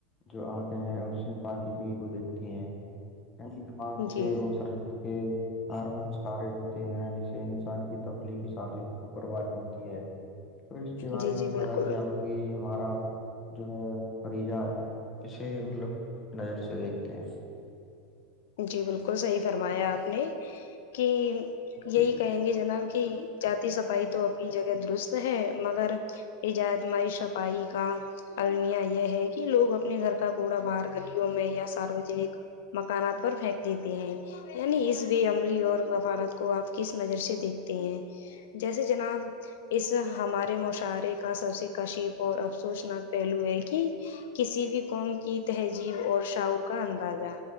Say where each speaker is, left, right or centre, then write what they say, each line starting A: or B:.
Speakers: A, on the left (about 20°); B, on the left (about 75°).
A: جو آنکھیں ہیں اس نے پااکی جی کو دیکھتی ہیں نی دماغ
B: جی
A: سے مسرت کے ہارمونس سارے دھ ہوتے ہیں جسے انسان کی تخلیقی سہالت کو پرواز ملتی ہے تو اس کے بارے
B: جی
A: میں
B: جی بالکل
A: پتا کہ آلودگی ہمارا جو ہے فریضہ اسے مطلب نظر سے دیکھتے ہیں
B: جی بالکل صحیح فرمایا آپ نے کہ یہی
A: جی
B: کہیں گے جناب کہ جی صفائی تو اپنی جگہ درست ہے مگر ایجت مائی صفائی کا المیاں یہ ہے کہ لوگ اپنے گھر کا کوڑا باہر گلیوں میں یا ساروجنک مکانات پر پھینک دیتے ہیں یعنی اس بھیے عملی اور وفارت کو آپ کس نظر سے دیکھتے ہیں جیسے جناب اس ہمارے
A: جی
B: موش شارے کا سب سے کشیف اور افسوسناک پہلو ہے کہ کسی بھی قوم کی تہذیب اور شعور کا اندازہ